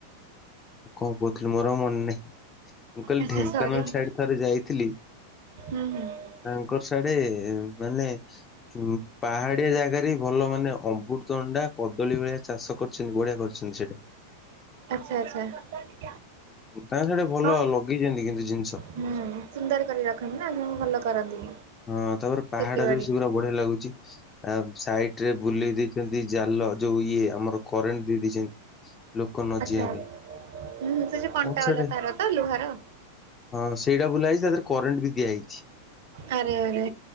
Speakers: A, on the left (about 20°); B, on the right (about 50°).
A: କଣ କହୁଥିଲି ମୋର ଆଉ ମନେ ନାହିଁ। ମୁଁ କହିଲି
B: ଆଚ୍ଛା
A: ଢେଙ୍କାନାଳ
B: ସରି ହଁ
A: ସାଇଡ ଥରେ ଯାଇଥିଲି।
B: ହୁଁ ହୁଁ
A: ତାଙ୍କର ସିଆଡ଼େ ମାନେ ହୁଁ ପାହାଡ଼ିଆ ଜାଗାରେହିଁ ଭଲ ମାନେ ଅମ୍ବୃତଭଣ୍ଡା କଦଳୀ ଭଳିଆ ଚାଷ କରି ଛନ୍ତି ବଢିଆ କରିଛନ୍ତି ସେଇଟା।
B: ଆଚ୍ଛା ଆଚ୍ଛା।
A: ତାଙ୍କର ସେଟା ଭଲ
B: ହଁ
A: ଲଗେଇଚନ୍ତି କିନ୍ତୁ ଜିନ୍ଷ।
B: ହୁଁ ସୁନ୍ଦର କରି ରଖନ୍ତିନା ତେଣୁ ଭଲ କରନ୍ତି।
A: ହଁ ତାପରେ ପାହାଡ଼ରେବି
B: କ୍ଷେତିବାଡ଼ି
A: ସେଗୁରା ବଢ଼ିଆ ଲାଗୁଚି। ଆଉ ସାଇଟରେ ବୁଲେଇ ଦେଇଚନ୍ତି ଜାଲ ଯୋଉ ଇଏ ଆମର କରେଣ୍ଟ ଦେଇ ଦେଇଚନ୍ତି ଲୋକ ନଯିବା
B: ଆଚ୍ଛା
A: ପାଇଁ।
B: ହୁଁ ସେଯୋଉ କଣ୍ଟାବାଲା
A: ତାଙ୍କ ସାଡେ
B: ତାରତ ଲୁହାର?
A: ହଁ ସେଇଟା ବୁଲା ହେଇଚି ତାଦିହରେ କରେଣ୍ଟବି ଦିଆହେଇଛି।
B: ଆରେ ଆରେ